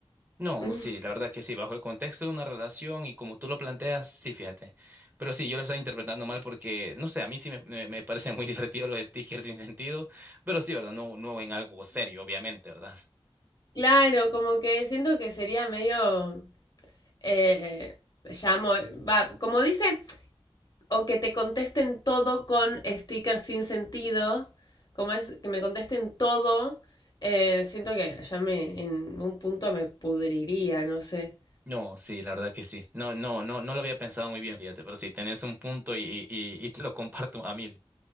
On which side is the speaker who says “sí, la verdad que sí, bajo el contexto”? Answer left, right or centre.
Right